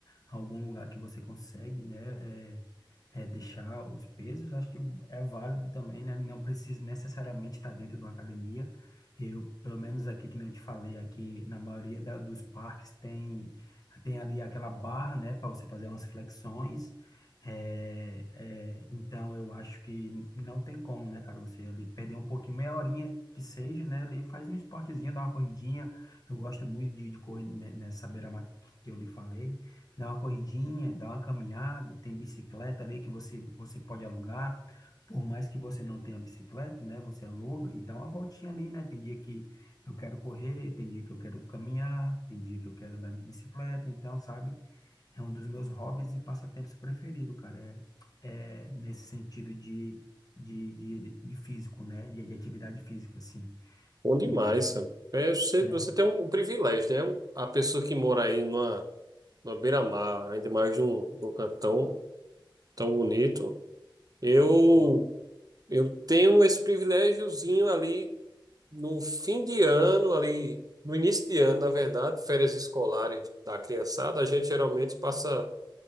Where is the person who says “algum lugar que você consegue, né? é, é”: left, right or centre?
Left